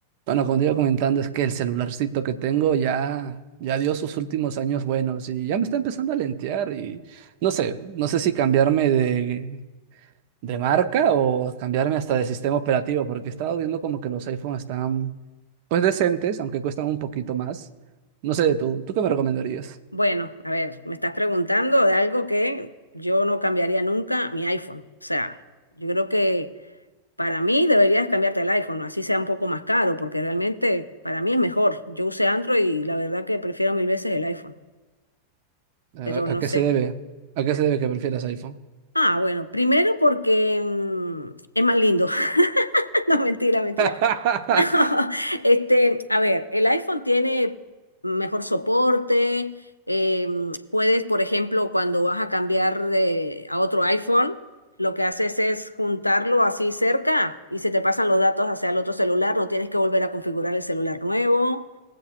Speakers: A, on the right (about 45°); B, on the left (about 85°).
A: Bueno, como te iba comentando, es que el celularcito que tengo ya, ya dio sus últimos años buenos y ya me está empezando a lentear y no sé, no sé si cambiarme de, de marca o cambiarme hasta de sistema operativo, porque he estado viendo como que los iPhones están pues decentes, aunque cuestan un poquito más. No sé, tú, ¿tú qué me recomendarías?
B: Bueno, a ver, me estás preguntando de algo que yo no cambiaría nunca, mi iPhone. O sea, yo creo que para mí deberías cambiarte el iPhone, así sea un poco más caro, porque realmente para mí es mejor. Yo usé Android y la verdad que prefiero mil veces el iPhone, pero
A: ¿A,
B: no
A: a qué
B: sé.
A: se debe? ¿A qué se debe que prefieras iPhone?
B: Ah, bueno, primero porque mm, es más lindo. <laughs> No, mentira, mentira.
A: <laughs>
B: No, <laughs> este, a ver, el iPhone tiene mejor soporte, eh, puedes, por ejemplo, cuando vas a cambiar de, a otro iPhone, lo que haces es juntarlo así cerca y se te pasan los datos hacia el otro celular, no tienes que volver a configurar el celular nuevo,